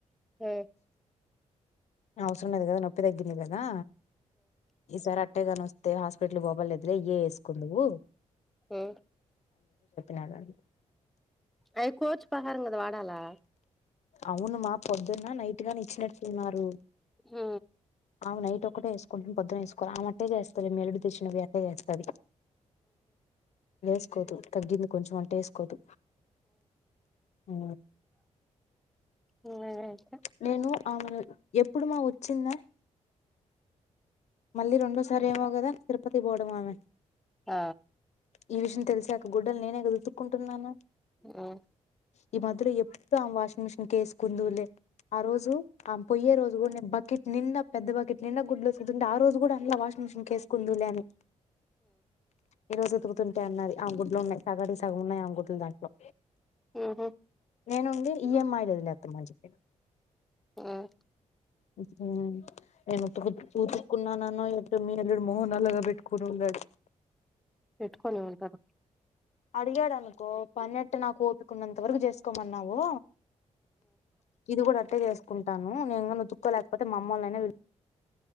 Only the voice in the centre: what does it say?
ఆ
ఉ
అయి కోచ్ పహారూం కదా వాడాలా.
ఉ
<unintelligible>
ఆ
ఉ
ఉహూ
మ్
పెట్టుకొని ఉంటాన